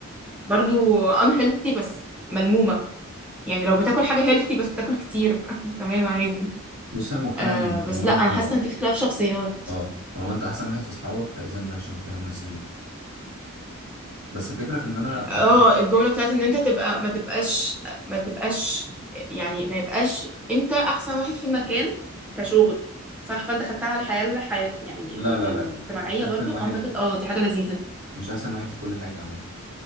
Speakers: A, in the centre; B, on the right (about 75°).
A: برضو unhealthy بس ملمومه يعني لو بتاكل حاجه healthy بس بتاكل كتير ف... <laughs> تمام عادي
B: بص أنا مقتنع
A: آه
B: إن طالما
A: بس لا
B: أنت
A: انا حاسه ان في اختلاف شخصيات
B: آه طالما أنت أحسن واحد في أصحابك فإذا ده مش المكان المناسب ليك بس الفكرة في إن أنا
A: اه
B: مش
A: الجملة بتاعت ان انت تبقى ما تبقاش ما تبقاش يعني ما يبقاش انت احسن واحد في المكان كشغل صح فانت خدتها على الحياة الحياة يعني
B: لا
A: ال-
B: لا
A: الاجتماعية
B: لا مش احسن
A: برضو
B: واحد
A: اعتقد اه دي حاجة لذيذة
B: مش احسن واحد في كل حاجه عامه